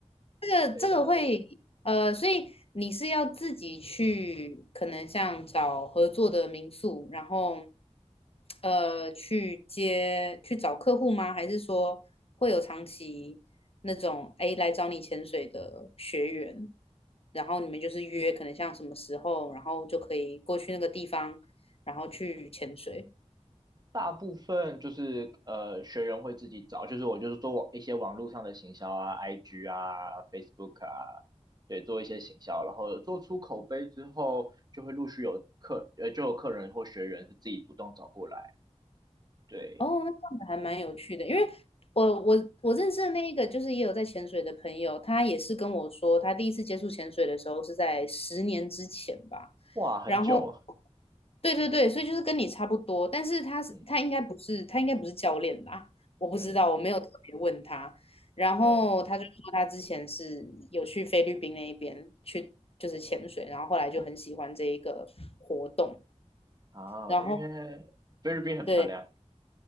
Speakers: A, on the left (about 55°); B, on the right (about 35°).
A: 这个这个会呃，
B: 对，但
A: 所以你是要自己去，可能像找合作的民宿，然后呃去接去找客户吗？还是说会有长期那种哎来找你潜水的学员，然后你们就是约可能像什么时候，然后就可以过去那个地方，然后去潜水。
B: 大部分就是呃，学员会自己找，就是我就是做网一些网络上的行销啊，IG 啊，Facebook 啊，对，做一些行销，然后做出口碑之后，就会陆续有客呃，就有客人或学员是自己主动找过来，对，
A: 哦，那这样子还蛮有趣的，因为我我我认识的那一个就是也有在潜水的朋友，他也是跟我说，他第一次接触潜水的时候是在十年之前吧，
B: 哇，很久，
A: 然后对对对，所以就是跟你差不多，但是他是他应该不是他应该不是教练啦，
B: 嗯
A: 我不知道，
B: 嗯
A: 我没有特别问他，然后他就说他之前是有去菲律宾那一边去就是潜水，
B: 嗯，
A: 然后后来就很喜欢这一个活动，
B: 啊，
A: 然后
B: 因为菲律宾很漂亮，
A: 对